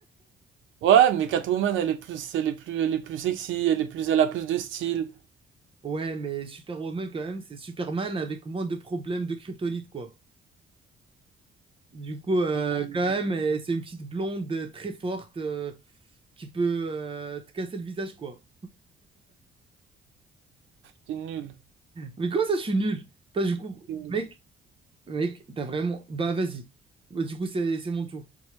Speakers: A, on the right (about 75°); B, on the right (about 25°).
A: Ouais, mais Catwoman, elle est plus, elle est plus, elle est plus sexy, elle est plus, elle a plus de style.
B: Ouais, mais Superwoman, quand même, c'est Superman avec moins de problèmes de kryptonite, quoi. Du coup, euh,
A: Hmm,
B: quand même, eh, c'est une petite blonde euh, très forte euh, qui peut euh, te casser le visage, quoi.
A: T'es nul.
B: Mais comment ça, je suis nul? T'as du coup,
A: T'es nul.
B: <laughs> mec, mec, t'as vraiment. Bah, vas-y. Bah, du coup, c'est c'est mon tour.